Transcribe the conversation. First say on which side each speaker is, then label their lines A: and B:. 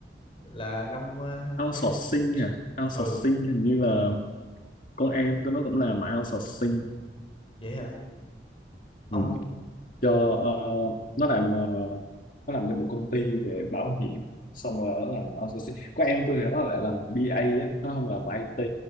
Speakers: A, on the left; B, on the left.
A: là năm ờ,
B: outsourcing
A: hai không
B: à outsourcing
A: ừ
B: hình như là con em tôi nó cũng làm outsourcing
A: vậy hả ông
B: ừ. cho ờ, nó làm ờ, nó làm cho một công ty về bảo hiểm xong rồi nó làm outsourcing có em tôi thì nó lại làm BA á nó không làm IT